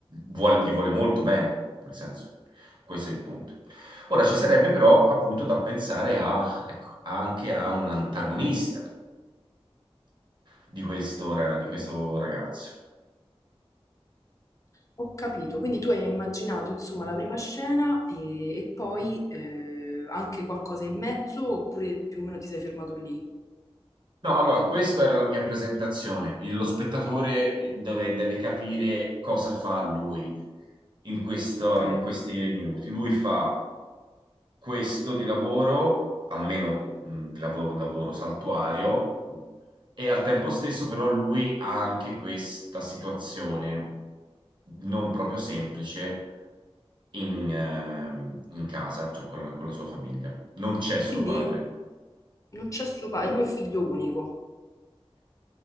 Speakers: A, on the right; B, on the left.
A: vuole- gli vuole molto bene, nel senso, questo è il punto. Ora ci sarebbe però appunto da pensare a, ecco, anche a un antagonista di questo, ra- di questo ragazzo.
B: ho capito. Quindi tu hai immaginato, insomma, la prima scena e, e poi eh, anche qualcosa in mezzo oppure più o meno ti sei fermato lì?
A: No, allora, questa era la mia presentazione. Il- Lo spettatore deve, deve capire cosa fa lui in questo-
B: Ok.
A: in questi minuti. Lui fa questo di lavoro, almeno mh, di lavoro, lavoro saltuario, e al tempo stesso però lui ha anche questa situazione non proprio semplice in, ehm, in casa, cioè con la, con la sua famiglia. Non c'è suo
B: Quindi
A: padre.
B: non c'è suo padre, lui è figlio unico.